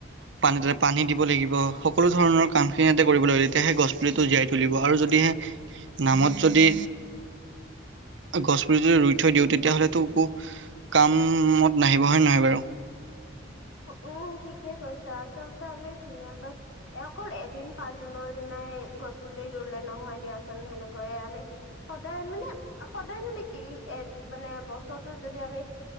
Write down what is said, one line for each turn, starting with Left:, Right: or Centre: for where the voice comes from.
Right: পানী তাতে পানী দিব লাগিব। সকলো ধৰণৰ কামখিনি ইয়াতে কৰিব লাগিবে, তেতিয়াহে গছ পুলিটো জীয়াই তুলিব আৰু যদ দিহে নামত যদি গছপুলি যদি ৰুই থৈ দিওঁ তেতিয়াহ'লে টোকো কাম অত নাহিব হয় নহয় বাৰু।
Left: উম, ঠিকেই কৈছা, আচলতে আমি ধুনীয়াকৈ এই অকল এদিন পাঁচ জোনৰ দিনাই গছ পুলি ৰুলে নহয় দিয়াচোন সেনেকৈয়ে আমি সদায় মানে সদায় মানে কি এ এত, মানে বছৰটোত যদি আমি